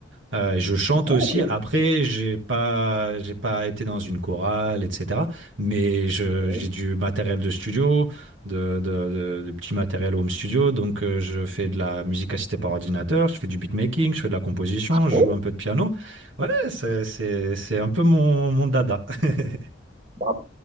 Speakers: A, on the right; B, on the right.
A: Euh, je chante
B: Ah,
A: aussi.
B: ok.
A: Après, j'ai pas, j'ai pas été dans une chorale, etc. Mais je-
B: Ouais.
A: j'ai du matériel de studio, de, de, de, de petits matériels home studio. Donc, euh, je fais de la musique assistée par ordinateur, je fais du beatmaking, je fais de la composition,
B: Ah
A: je
B: bon?
A: joue un peu de piano. Voilà, c'est, c'est, c'est un peu mon, mon dada. <laughs>
B: Ah,